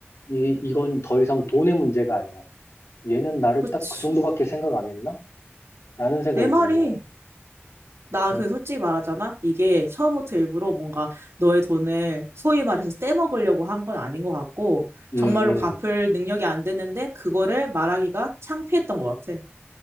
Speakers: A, on the left (about 75°); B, on the right (about 75°).
A: 이, 이건 더 이상 돈의 문제가 아니야. 얘는 나를
B: 그치.
A: 딱 그 정도밖에 생각 안 했나? 라는 생각이
B: 내 말이.
A: 드는 거야.
B: 난
A: 어.
B: 근데 솔직히 말하잖아. 이게 처음부터 일부러 뭔가 너의 돈을 소위 말해서 떼먹으려고 한 건 아닌 것 같고,
A: 음,
B: 정말로
A: 음.
B: 갚을 능력이 안 됐는데, 그거를 말하기가 창피했던 것 같아.